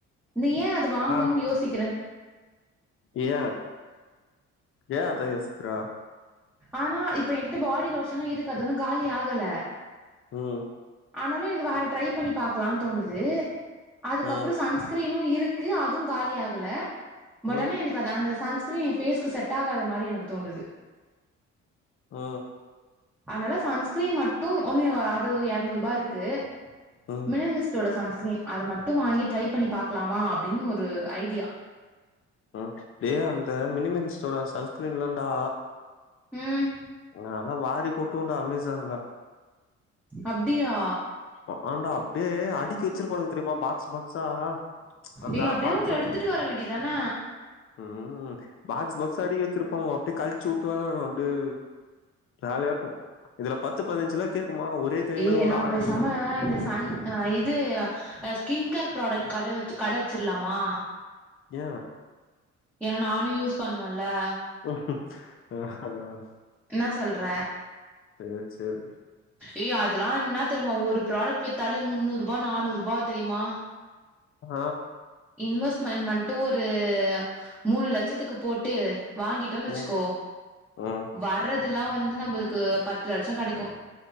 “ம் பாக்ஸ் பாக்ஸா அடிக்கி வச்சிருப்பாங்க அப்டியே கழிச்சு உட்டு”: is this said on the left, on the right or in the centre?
Left